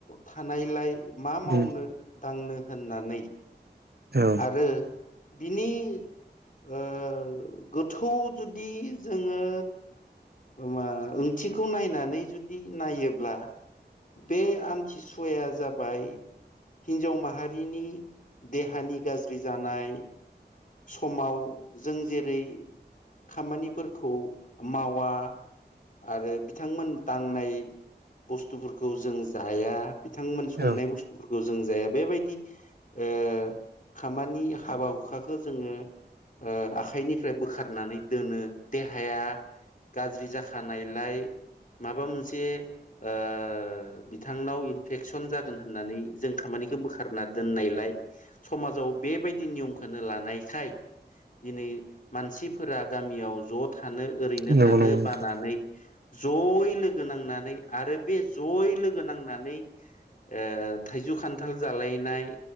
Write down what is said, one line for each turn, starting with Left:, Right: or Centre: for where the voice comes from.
Left: थानायलाय मा मावनो
Right: उम
Left: दांनो होननानै
Right: औ
Left: आरो बिनि ओ गोथौ जुदि जोङो ओ मा ओंथिखौ नायनानै जुदि नायोब्ला बे आमथिसुवाया जाबाय हिन्जाव माहारिनि देहानि गाज्रि जानाय समाव जों जेरै खामानिफोरखौ मावा आरो बिथांमोन दांनाय बुस्थुफोरखौ जों जाया बिथांमोन
Right: औ
Left: संनाय बुस्थुफोरखौ जों जाया बेबायदि ओ खामानि हाबा हुखा खो जोङो ओ आखाइनिफ्राय बोखारनानै दोनो देहाया गाज्रि जाखानायलाय माबा मोनसे ओ बिथांनाव इथफेकसन जागोन होननानै जों खामा निखो बोखारना दोननायलाय समाजाव बेबायदि नियम खा होनो लानायखाय दिनै मानसिफोरा गामियाव ज' था थानो ओरैनो
Right: नंगौ
Left: थानो
Right: नंगौ नोंथां
Left: बानानै । जयै लोगो नांनानै आरो बे जयै लोगो नांनानै ओ थाइजौ खान्थाल जालायनाय